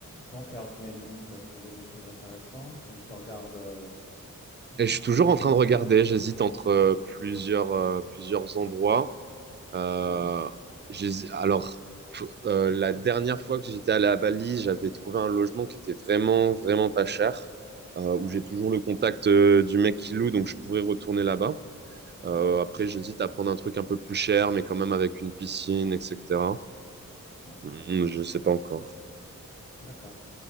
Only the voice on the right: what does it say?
Et je suis
toujours
en train
de regarder,
j'hésite entre euh, plusieurs euh, plusieurs endroits. Euh,
j'hési- alors faut- euh, la dernière fois que j'étais allé à Bali, j'avais trouvé un logement qui était vraiment vraiment pas cher, euh, où
j'ai toujours le contact euh, du mec qui loue, donc je pourrais retourner là-bas. Euh,
après,
j'hésite
à prendre un truc un peu plus cher, mais quand même avec une piscine, etc.
Mmh,
je sais pas encore.